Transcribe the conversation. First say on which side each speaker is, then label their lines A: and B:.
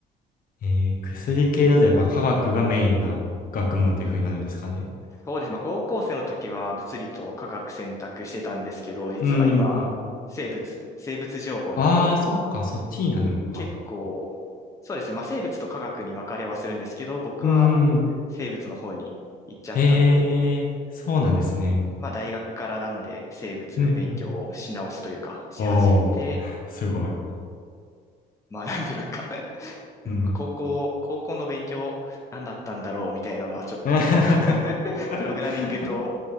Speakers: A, on the left (about 55°); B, on the left (about 20°).
A: えー、薬系だとやっぱ科学がメインな学問というふうになるんですかね。
B: そうです、まあ、高校生の時は物理と化学選択してたんですけど、実は今、
A: うーん、
B: 生物、生物情報なんで、
A: ああ、そっか、そっちになるのか。
B: 結構、そうですね、まあ、生物と化学に分かれはするんですけど、僕は
A: うーん、
B: 生物の方に行っちゃったんで、
A: へえ、そうなんですね。
B: うんまあ、大学からなんで生物勉強をし直すというか、
A: うん、うん。
B: し始めて、
A: おー、すごい。
B: まあなんでなんかうん、
A: うん。
B: まあ高校、高校の勉強何だったんだろうみたいなのはちょっと、
A: <laughs>
B: <laughs> プログラミングと、